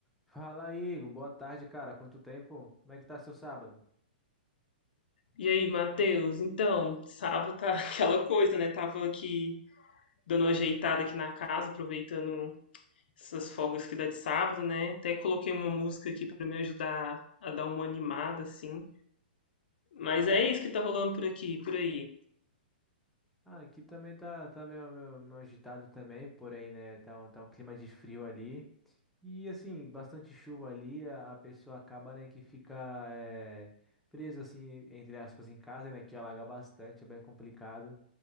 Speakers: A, in the centre; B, on the left.
A: Fala aí, Igor. boa tarde, cara. Quanto tempo? Como é que tá seu sábado?
B: E aí, Matheus? Então, sábado tá <laughs> aquela coisa, né? Tava aqui dando uma ajeitada aqui na casa, aproveitando essas folgas que dá de sábado, né? Até coloquei uma música aqui pra me ajudar a dar uma animada, assim. Mas é isso que tá rolando por aqui, por aí.
A: Ah, aqui também tá, tá meio, meio, meio agitado também, porém, né, tá um, tá um clima de frio ali. E assim, bastante chuva ali, a, a pessoa acaba, né, que fica é, presa, assim, entre aspas, em casa, né, que alaga bastante, é bem complicado.